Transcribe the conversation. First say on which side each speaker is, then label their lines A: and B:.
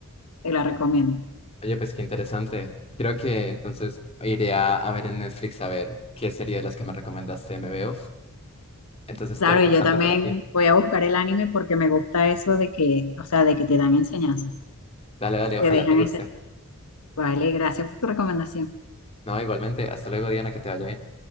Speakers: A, on the left; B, on the left.
A: te la recomiendo.
B: Oye, pues qué interesante. Creo que entonces iré a, a ver en Netflix a ver qué serie de las que me recomendaste me veo. Entonces
A: Claro,
B: te voy dejando
A: y yo también
B: por aquí.
A: voy a buscar el anime porque me gusta eso de que, o sea, de que te dan enseñanzas,
B: Dale, dale,
A: te
B: ojalá
A: dejan
B: te guste.
A: esa Vale, gracias por tu recomendación.
B: No, igualmente, hasta luego, Diana, que te vaya bien.